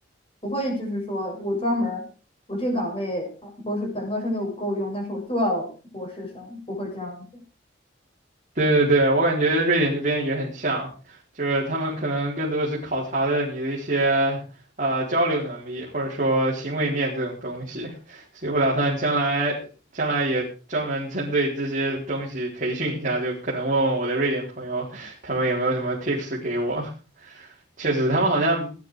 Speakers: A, on the left; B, on the right.
A: 不会就是说我专门儿我这个岗位呃博士本科生就够用，但是我就要博士生，不会这样子
B: 对对对，我感觉瑞典这边也很像，就是他们可能更多的是考察的你的一些呃交流能力，或者说行为面这种东西，所以我打算将来将来也专门针对这些东西培训一下，就可能问问我的瑞典朋友，他们有没有什么 tips 给我。确实，他们好像